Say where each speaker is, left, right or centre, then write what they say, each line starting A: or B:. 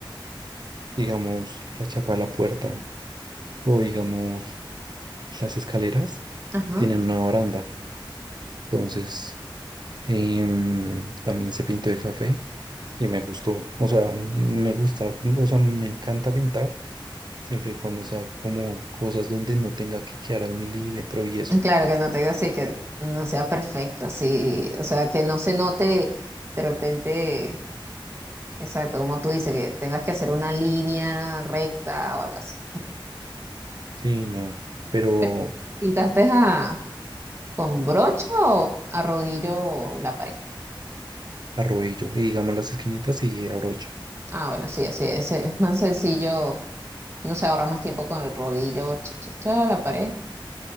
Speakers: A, on the right; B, on the right.
A: digamos la chapa de la puerta o digamos las escaleras
B: Ajá.
A: tienen una baranda. Entonces em, también se pintó de café y me gustó. O sea, mm, me gusta, mm, o sea, me encanta pintar siempre y cuando sea como cosas donde no tenga que quedar al milímetro y eso.
B: Claro que no te así que no sea perfecta, sí, o sea, que no se note de repente, exacto, como tú dices, que tengas que hacer una línea recta o algo así.
A: Sí, no, pero
B: Pero, ¿Pintaste a con brocha o a rodillo la pared?
A: arrodillo y digamos las esquinitas y abrocho.
B: Ah, bueno, sí, así es, es más sencillo, no se ahorra más tiempo con el rodillo, cha, cha, cha, la pared